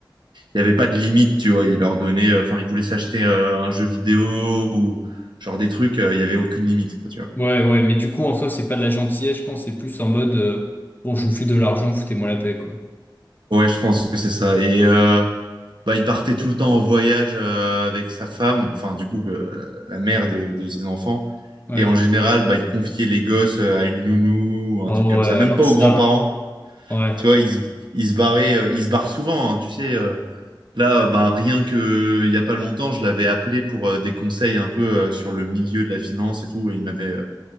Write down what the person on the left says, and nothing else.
Ouais, ouais, mais du coup, en soi, c'est pas de la gentillesse, je pense, c'est plus en mode, euh, bon, je vous file de l'argent, foutez-moi la paix, quoi.
Ouais.
Oh,
ouais,
alors
ça,
ouais,